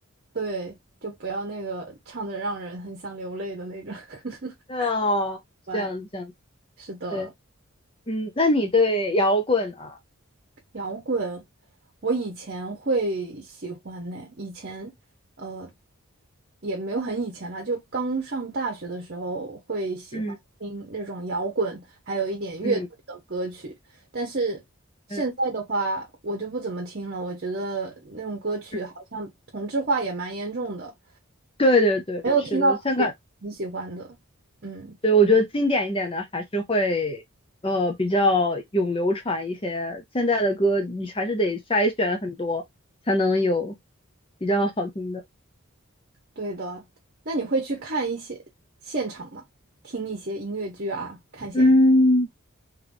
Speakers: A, on the right; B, on the left.
A: 对，就不要那个唱的让人很想流泪的那种。<laughs>
B: 对哦，
A: 完，
B: 这样这样，
A: 是的。
B: 对，嗯，那你对摇滚啊？
A: 摇滚，我以前会喜欢呢。以前，呃，也没有很以前了，就刚上大学的时候会喜欢听那种摇滚，
B: 嗯
A: 还有一点乐队的歌曲。
B: 嗯
A: 但是现在的话，
B: 嗯
A: 我就不怎么听了。我觉得那种歌曲好像同质化也蛮严重的，
B: 嗯。对对对，
A: 没有听到自己很喜欢的。
B: 是的，香港，
A: 嗯，
B: 对，我觉得经典一点的还是会，呃，比较永流传一些。现在的歌你还是得筛选很多，才能有比较好听的。
A: 对的。那你会去看一些现场吗？听一些音乐剧啊，看些。
B: 嗯。